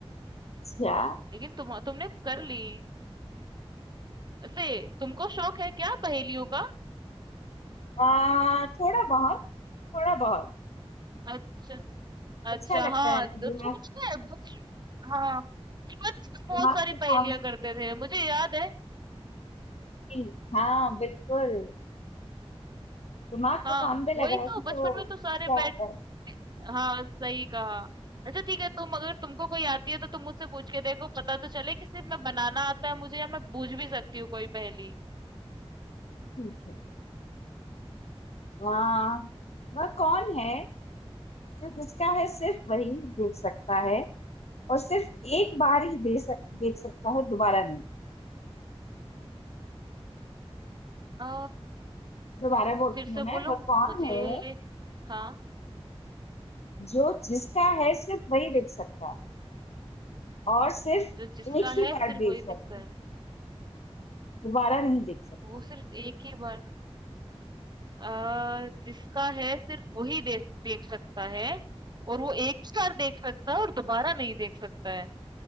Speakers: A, on the left; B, on the right.
A: अच्छा
B: लेकिन तुम तुमने कर ली से तुमको शौक है क्या पहेलियों का
A: आ, थोड़ा बहुत थोड़ा बहुत
B: अच्छा
A: अच्छा
B: अच्छा
A: लगता
B: हाँ
A: है
B: तो
A: दिमाग
B: तुम कुछ ना कुछ- हाँ बचपन
A: दिमाग
B: में बहुत सारी
A: को
B: पहेलियां
A: काम
B: करते थे मुझे याद है
A: भी- हाँ बिल्कुल दिमाग
B: हाँ
A: को काम पे
B: वही
A: लगाएगी
B: तो
A: तो
B: बचपन में
A: क्या
B: तो सारे बैट
A: आता है
B: हाँ सही कहा अच्छा ठीक है तुम अगर तुमको कोई आती है तो तुम मुझसे पूछ के देखो पता तो चले कि सिर्फ मैं बनाना आता है मुझे या मैं बूझ भी सकती हूँ कोई पहेली
A: ठीक है आ, वह कौन है जो जिसका है सिर्फ वही देख सकता है और सिर्फ एक बार ही दे सक, देख सकता है दोबारा नहीं
B: आ,
A: दोबारा बोलती
B: फिर
A: हूँ
B: से
A: मैं
B: बोलो
A: वह कौन
B: मुझे
A: है
B: हाँ
A: जो जिसका है सिर्फ वही देख सकता है और सिर्फ
B: जो जिसका
A: एक ही
B: है
A: बार
B: सिर्फ
A: देख
B: वही
A: सकता
B: दिखता
A: है
B: है
A: दोबारा नहीं देख सकता
B: वो सिर्फ एक ही बार आ, जिसका है सिर्फ वही देख देख सकता है और वो एक ही बार देख सकता है और दोबारा नहीं देख सकता है